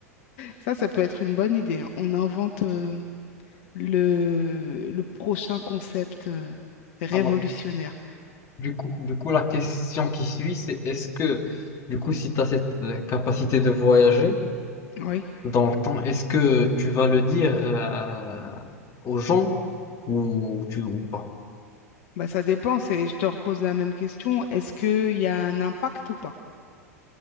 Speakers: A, on the left; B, on the left.
A: Ça, ça peut être une bonne idée. hein. On invente. euh, le, le prochain concept euh, révolutionnaire?
B: Alors, du coup, du coup, la question qui suit, c'est est-ce que, du coup, si tu as cette euh, capacité de voyager
A: Oui,
B: dans le temps, est-ce que tu vas le dire euh, aux gens ou, ou tu, ou pas?
A: bah ça dépend. C'est, je te repose la même question. Est-ce qu'il y a un impact ou pas?